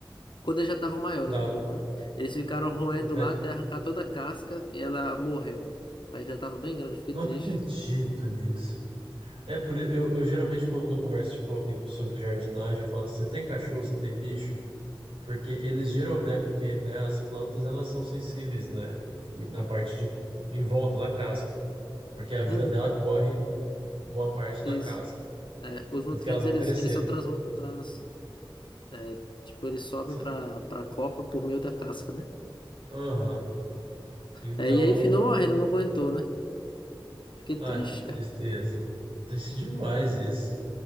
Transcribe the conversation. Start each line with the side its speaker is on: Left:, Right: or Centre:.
Left: Quando eles já estavam maiores
Right: dá,
Left: um pouco, né? Eles ficaram roendo
Right: no pé.
Left: lá até arrancar toda a casca e ela morreu. O pé que já estava bem grande, eu fiquei
Right: Não
Left: triste.
Right: acredito nisso. É por i- eu, eu geralmente quando eu converso com amigos sobre jardinagem, eu falo: você tem cachorro, você tem bicho? Porque eles geram, é porque né, as plantas elas são sensíveis, né, e na parte de em volta na casca, porque a vida
Left: Uhum,
Right: dela corre boa parte
Left: isso.
Right: na casca.
Left: É, os nutrientes,
Right: Tanto que elas vão
Left: eles,
Right: crescendo.
Left: eles são trans... trans é, tipo, eles sobem
Right: São-
Left: para para a copa por meio da casca, né?
Right: Aham. Então,
Left: É, e aí, finou morrendo, não aguentou, né? Fiquei
Right: ai,
Left: triste,
Right: que tristeza.
Left: cara.
Right: Triste demais isso.